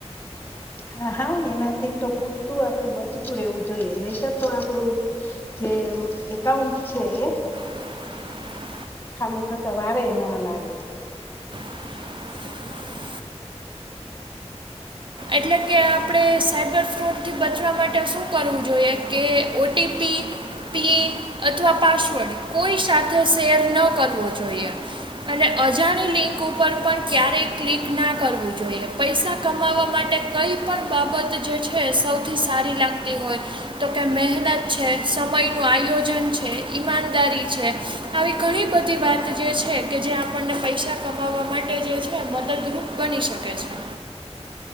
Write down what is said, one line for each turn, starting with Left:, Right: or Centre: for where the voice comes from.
Left: હા હા એનાથીને તો પૂરતું આપડે બચતું રહેવું જોઈએ નહીતર તો આપડું, જે એમ એકાઉન્ટ છે એ
Right: <inaudible>
Left: ખાલું થતા વારેય ના લાગે.
Right: <inaudible> એટલે કે આપડે સાયબર ફ્રોડ થી બચવા માટે શું કરવું જોઈએ કે ઓ ટી પી <inaudible> પિન અથવા પાસવર્ડ કોઈ સાથે શેર ન કરવો જોઈએ. અને અજાણી લિંક ઉપર પણ ક્યારેય ક્લિક ના કરવું જોઈએ. પૈસા કમાવવા માટે કંઈ પણ બાબત જે છે એસૌથી સારી લાગતી હોય તો કે મહેનત છે સમયનું આયોજન છે, ઈમાનદારી છે, આવી ઘણી બધી વાત જે છે કે જે આપણને પૈસા કમાવવા માટે જે છે મદદરૂપ બની શકે છે.